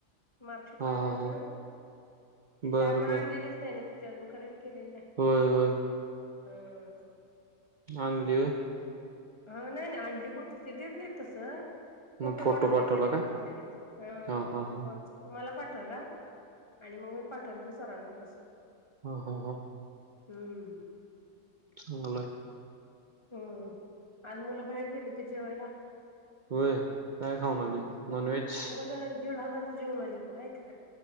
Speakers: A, on the left; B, on the right.
A: मार्कशीट
B: हा
A: पाहिजे
B: हा
A: होती
B: हा
A: ना.
B: बर
A: ते आपण
B: बर
A: आणलेलीच नाही ना तीचे अजून. कलेक्ट केलेली नाही.
B: होय होय
A: हम्म
B: आनली होय.
A: अ नाही नाही आणली कुठली. ते देत नाही तस. फोटो
B: मग
A: काढून
B: पाठवला
A: घेतले त्यानी
B: का?
A: तिथल्या तिथ. ह
B: हा हा हा
A: व्हाट्सअप तुम्हाला पाठवला. आणि मग मी पाठवले ते सरांना अस.
B: ह ह ह
A: हम्म
B: चांगलय
A: हम्म, आज मुल बाहेर गेलीत जेवायला.
B: व्हय, काय खाऊन आली नॉनव्हेज?
A: चला दीड हजारच जेवून आलीत बघ. हाय का